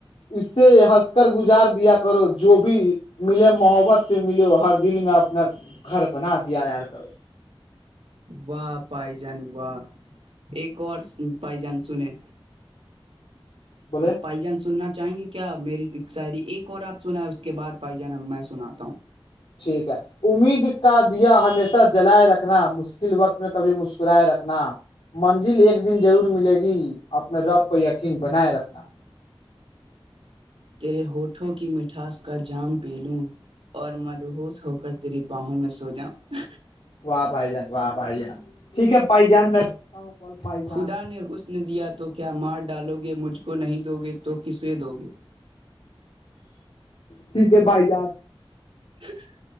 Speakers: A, on the left (about 80°); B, on the right (about 80°).
A: اس سے ہنس کر گزار دیا کرو جو بھی ملے محبت سے ملے ہر دل میں اپنا گھر بنا دیا یار کرو
B: واہ پائی جان واہ ایک پائی جان سنے
A: بولے
B: پائی جان سنا چاہیں گے کیا میری شاعری ایک اور آپ سنا ہے اس کے بعد بھائی جانہ میں سناتا ہوں
A: ٹھیک ہے امید کا دیا ہمیشہ جلائے رکھنا مشکل وقت میں کبھی مسکرائے رکھنا منزل ایک دن ضرور ملے گی اپنے رب پہ یقین بنائے رکھنا
B: تیرے ہوٹھوں کی مٹھاس کا جام پی لوں اور مدبوس ہو کر تیری باہوں میں سو جاؤ
A: واہ بھائی جان واہ بھائی جان ٹھیک ہے بھائی جان میں ہوں کال بھائی جان
B: خدا نے حسن دیا تو کیا مار ڈالو گے مجھ کو نہیں دو گے تو کسے دو گے
A: ٹھیک ہے بھائی جان
B: ج